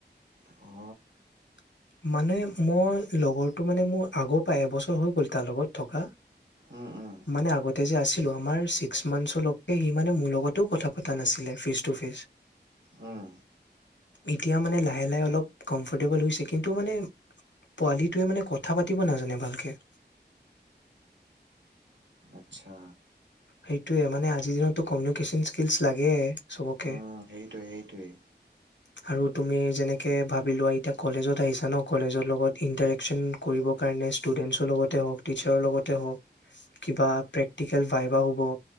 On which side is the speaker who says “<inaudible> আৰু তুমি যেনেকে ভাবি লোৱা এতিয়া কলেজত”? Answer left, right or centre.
Left